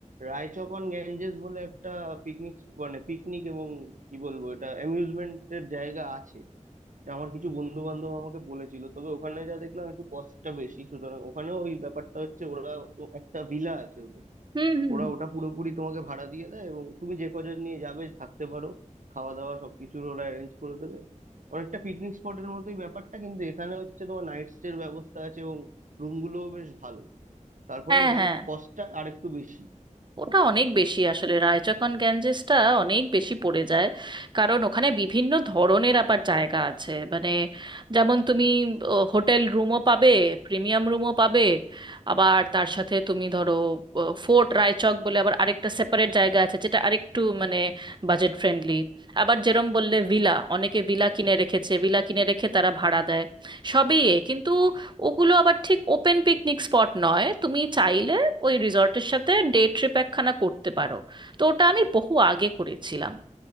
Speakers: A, on the right (about 85°); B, on the right (about 35°).
A: রায়চক অন গ্যাঞ্জেস বলে একটা পিকনিক মানে পিকনিক এবং কি বলবো এটা অ্যামিউজমেন্টের জায়গা আছে আমার কিছু বন্ধু বান্ধব আমাকে বলেছিল তবে ওখানে যা দেখলাম একটু কস্টটা বেশি সুতরাং ওখানেও ওই ব্যাপারটা হচ্ছে ওরা তো একটা ভিলা আছে ওদের
B: হুম হুম
A: ওরা ওটা পুরোপুরি তোমাকে ভাড়া দিয়ে দেয় এবং তুমি যে কজন নিয়ে যাবে থাকতে পারো খাওয়া দাওয়া সবকিছুর ওরা অ্যারেঞ্জ করে দেবে অনেকটা পিকনিক স্পটের মতোই ব্যাপারটা কিন্তু এখানে হচ্ছে তোমার নাইট স্টের ব্যবস্থা আছে এবং রুমগুলোও বেশ ভালো তার ফলে
B: হ্যাঁ
A: এখানে
B: হ্যাঁ
A: কস্টটা আরেকটু বেশি
B: ওটা অনেক বেশি আসলে রায়চকন গ্যাঞ্জেসটা অনেক বেশি পড়ে যায় কারণ ওখানে বিভিন্ন ধরনের আবার জায়গা আছে মানে যেমন তুমি হোটেল রুমও পাবে প্রিমিয়াম রুমও পাবে আবার তার সাথে তুমি ধরো ফোর্ট রায়চক বলে আবার আরেকটা সেপারেট জায়গা আছে যেটা আরেকটু মানে বাজেট ফ্রেন্ডলি আবার যেরম বললে ভিলা অনেকে ভিলা কিনে রেখেছে ভিলা কিনে রেখে তারা ভাড়া দেয় সবই এ কিন্তু ওগুলো আবার ঠিক ওপেন পিকনিক স্পট নয় তুমি চাইলে ওই রিসর্টের সাথে ডে ট্রিপ একখানা করতে পারো তো ওটা আমি বহু আগে করেছিলাম